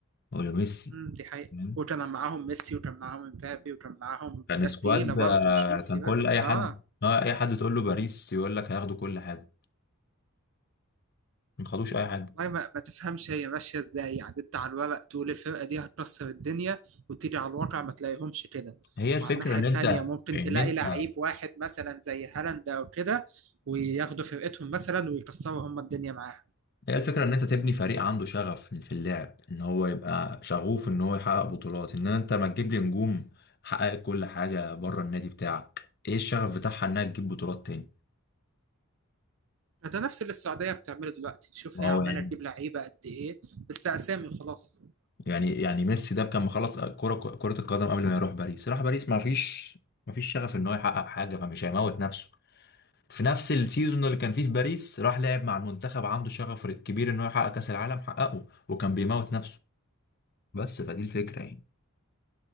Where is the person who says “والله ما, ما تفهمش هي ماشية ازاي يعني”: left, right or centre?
Right